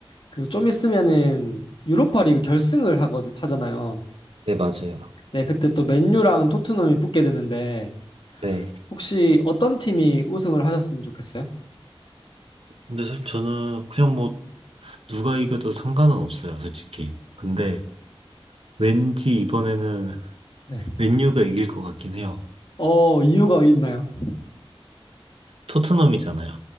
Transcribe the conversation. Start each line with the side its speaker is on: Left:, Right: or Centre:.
Left: 그 좀 있으면은 유로파리그 결승을 하거든, 하잖아요.
Right: 네, 맞아요.
Left: 네, 그때 또 맨유랑 토트넘이 붙게 되는데,
Right: 네.
Left: 혹시 어떤 팀이 우승을 하셨으면 좋겠어요?
Right: 근데 사실 저는 그냥 뭐 누가 이겨도 상관은 없어요, 솔직히. 근데 왠지 이번에는
Left: 네.
Right: 맨유가 이길 것 같긴 해요.
Left: 어, 이유가 있나요?
Right: 토트넘이잖아요.